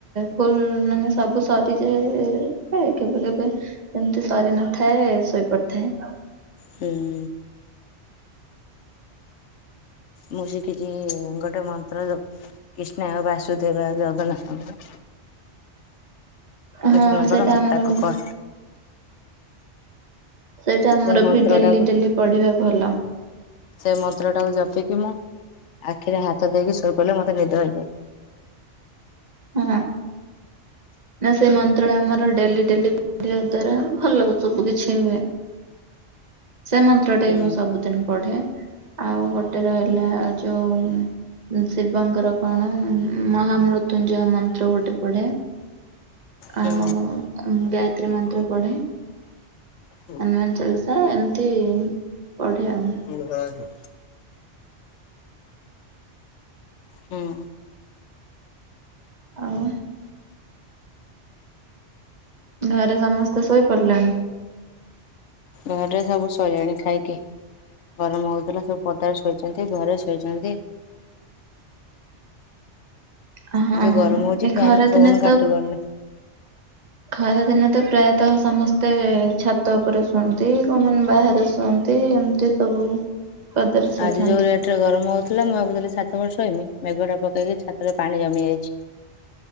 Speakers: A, on the right; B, on the left.
A: ଫୁଲ ମାନେ ସବୁ ସରିଯାଏ କେବେ କେବେ ଏମିତି ସରି ନଥାଏ ଶୋଇପଡିଥାଏ।
B: ହୁଁ। ମୁଁ ଶିଖିଛି ଗୋଟେ ମନ୍ତ୍ର ଯଉ କ୍ରିଷ୍ଣାୟ ବାସୁଦେବାୟ ଜଗନ୍ନାଥଙ୍କର। କୃଷ୍ଣଙ୍କର
A: ହଁ ସେଟା
B: ମସ୍ତାକ
A: ଆମର ବି।
B: କର
A: ସେଟା ଆମର
B: ସେ ମନ୍ତ୍ର
A: ବି ଡେଲି
B: ଟାକୁ
A: ଡେଲି ପଢିବା ଭଲ।
B: ସେ ମନ୍ତ୍ର ଟାକୁ ଜପିକି ମୁଁ ଆଖିରେ ହାତ ଦେଇକି ଶୋଇପଡ଼ିଲେ ମୋତେ ନିଦ ହେଇଯାଏ।
A: ହଁ ନା ସେ ମନ୍ତ୍ରଟା ଆମର ଡେଲି ଡେଲି ପଢିବା ଦ୍ଵାରା ଭଲ ସବୁ କିଛି ହୁଏ ସେ ମନ୍ ନ୍ତ୍ରଟା
B: ହୁଁ
A: ବି ମୁଁ ସବୁଦିନି ପଢେ। ଆଉ ଗୋଟେ ରହିଲା ଯୋଉ ଶିବଙ୍କର କଣ ମହାମୃ ମୃତୁଞ୍ଜୟ ମନ୍ତ୍ର ଗୋଟେ ପଢେ ଆଉ
B: ହୁଁ
A: ଗାୟତ୍ରୀ ମନ୍ତ୍ର ପଢେ।
B: ହୁଁ
A: ହନୁମାନ ଚାଲିସା ଏମିତି ପଢେ ଆଉ।
B: ହୁ ହା ନୀ ହୁଁ।
A: ଆଉ। ଘରେ ସମସ୍ତେ ଶୋଇପଡ଼ିଲେଣି।
B: ଘରେ ସବୁ ଶୋଇଲେଣି ଖାଇକି। ଗରମ ହଉଥିଲା ସବୁ ପଦାରେ ଶୋଇଚନ୍ତି ଘରେ ଶୋଇଚନ୍ତି।
A: ହଁ ହଁ
B: ଏ ଯୋଉ ଗରମ ହଉଛି
A: ଏଇ
B: ଫ୍ୟାନ
A: ଖରା
B: ପବନ
A: ଦିନେ
B: କାଟୁ
A: ତ
B: ପାରୁନି
A: ଖରା ଦିନେ ତ ପ୍ରାୟତଃ ସମସ୍ତେ ଛାତ ଉପରେ ଶୁଅନ୍ତି। କଉମାନେ ବାହାରେ ଶୁଅନ୍ତି ଏମି ତି ସବୁ। ପଦାରେ ଶୋଇଥାନ୍ତି
B: ଆଜି ଯୋଉ ରେଟ ରେ ଗରମ ହଉଥିଲା। ମୁଁ ଭାବୁଥିଲି ଛାତ ଉପରେ ଶୋଇମି। ମେଘ ଟା ପକେଇକି ଛାତରେ ପାଣି ଜମି ଯାଇଛି।